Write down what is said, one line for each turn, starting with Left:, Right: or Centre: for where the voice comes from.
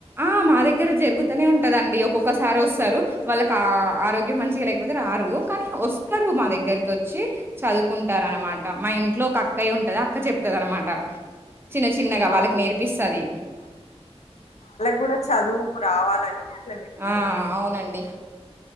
Right: ఆ మా దగ్గర జరుగుతూనే ఉంటదండి ఒక్కొక్కసారి వస్తారు వాళ్ళకి ఆరోగ్యం మంచిగా లేకపోతే రారు కానీ వస్తారు మా దగ్గరకి వచ్చి చదువుకుంటారు అనమాట మా ఇంట్లో ఒక అక్కయ ఉంటది అక్క చెప్తది అనమాట చిన్న చిన్నగా
Left: ఆ!
Right: వాళ్ళకి నేర్పిస్తుంది
Left: కూడా చదువు రావాలని అట్లా బెట్టిల్లన్నట్టు.
Right: ఆ అవునండి